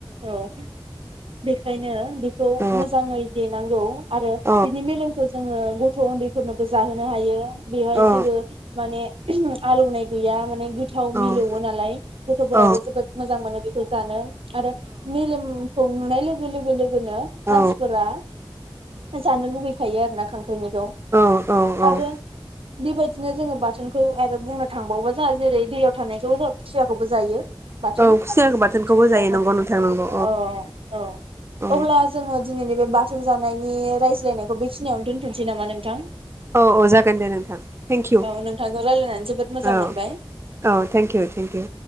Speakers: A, on the right; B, on the right.
A: औ बे ओंखायनो बेखौ
B: औ
A: मोजाङै देनांगौ आरो
B: औ
A: बिनि मेलेमखौ जोङो गथ' उन्दैफोरनोबो जाहोनो हायो। बेहाय
B: औ
A: जेबो माने आलौनाय गैया माने गोथाव
B: औ
A: मिलौवो
B: औ
A: नालाय गथ'फोराबो
B: औ
A: जोबोद मोजां मोनो बे खो जानो। आरो मेलेम खौ नुनाय लोगो लोगो लोगोनो
B: औ
A: मानसिफोरा जानो लुगैखायो आरोना खांख्राइनिखौ
B: औ
A: आरो बेबादिनो जोङो बाथोनखौ आरो बुंनो थांबावबा जाहा जेरै दैयाव थानायखौबो <inaudible> खुसियाखौबो जायो। बाथोन
B: औ खुसियाखौ बाथोनखौबो
A: खुसियाफोर।
B: जायो नंगौ नोंथां नंगौ
A: औ औ
B: औ
A: अब्ला जोङो दिनैनि बे बाथोन जानायनि रायज्लायनायखौ बेखिनियावनो दोनथ'नोसै नामा नोंथां?
B: औ अ जागोन दे नोंथां थेंक इउ।
A: औ नोंथांजों रायलायनानै जोबोद मोजां
B: औ
A: मोनबाय
B: औ थेंक इउ थेंक इउ।